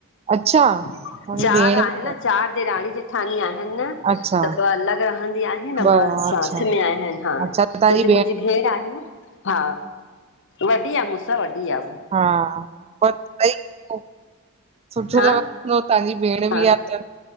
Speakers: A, on the right; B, on the left.
A: अच्छा
B: चार
A: तव्हांजी भेण
B: आहे
A: बि
B: न चार ॾेराणी जेठानी आहेन न
A: अच्छा
B: त ॿ अलॻि रहंदी आहे न,
A: ब
B: ॿ साथ
A: अच्छा
B: में आहिनि हा
A: अच्छा तव्हांजी
B: तो जो मुंहिंजी भेण आहे न हा वॾी आहे मूंसां वॾी आ
A: हा, <unintelligible> सुठो
B: हा
A: लॻंदो
B: हा
A: तव्हांजी भेण
B: हा
A: बि आहे त